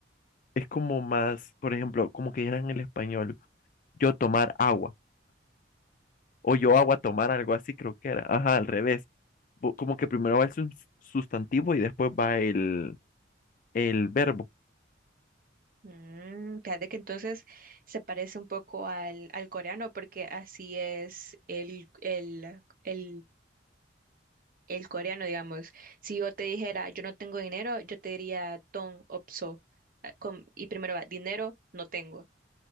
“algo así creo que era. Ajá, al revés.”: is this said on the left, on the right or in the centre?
Left